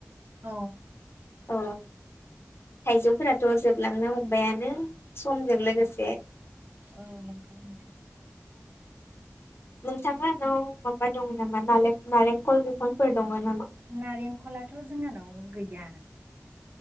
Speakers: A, on the right; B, on the left.
A: औ
B: अ थाइजौफोराथ' जोबलांनो हमबायानो समजों
A: ओं
B: लोगोसे
A: औ नंगौ नोंथां
B: नोंथाङा नाव माबा दङ नामा नालेंखल बिफांफोर दङ नामा
A: नारेंखलाथ' जोंहानाव गैया